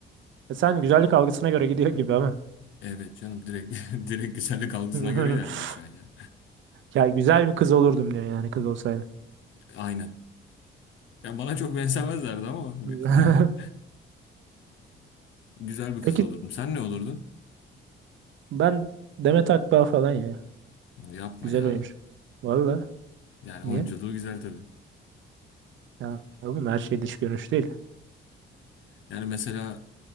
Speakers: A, on the right; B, on the left.
A: E, sen güzellik algısına göre gidiyor gibi ama.
B: Evet canım direkt <laughs> direkt güzellik algısına
A: <laughs>
B: göre ilerliyor şu an yani.
A: Ya güzel bir kız olurdum diyor yani kız olsaydı.
B: Aynen. Ya bana çok benzemezlerdi ama
A: <laughs>
B: <laughs> yani güzel bir
A: Peki
B: kız olurdum. Sen ne olurdun?
A: ben Demet Akbağ falan ya.
B: Yapma
A: Güzel
B: ya.
A: oyuncu. Valla.
B: Yani
A: Niye?
B: oyunculuğu güzel tabii.
A: Ya oğlum her şey dış görünüş değil.
B: Yani mesela